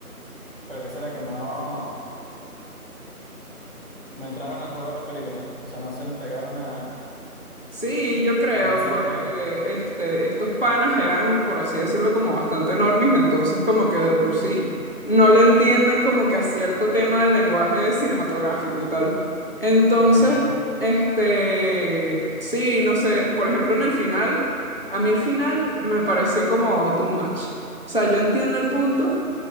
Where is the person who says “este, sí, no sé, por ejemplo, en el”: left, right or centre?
Left